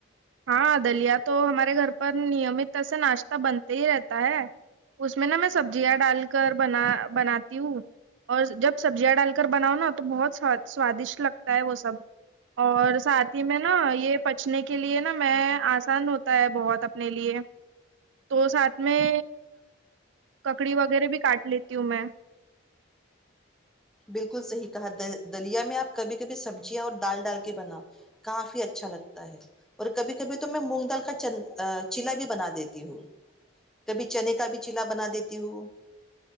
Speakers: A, on the right; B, in the centre.
A: ہاں دلیا تو ہمارے گھر پر نیمت سے ناشتے بنتے ہی رہتا ہے <unintelligible> اس میں نا میں سبزیاں ڈال کر بنا بناتی ہوں اور جب سبزیاں ڈال کر بناؤ نا تو بہت سوادشٹ لگتا ہے وہ سب اور ساتھ ہی میں نا یہ پچنے کے لیے نا میں آسان ہوتا ہے بہت اپنے لیے تو ساتھ میں ککڑی وغیرہ بھی کاٹ لیتی ہوں میں
B: بالکل صحیح کہا دلیا میں آپ کبھی کبھی سبزیاں اور دال ڈال کے بنا کافی اچھا لگتا ہے اور کبھی کبھی تو میں مونگ دال کا چ چیلا بھی بنا دیتی ہوں کبھی چنے کا بھی چلا بنا دیتی ہوں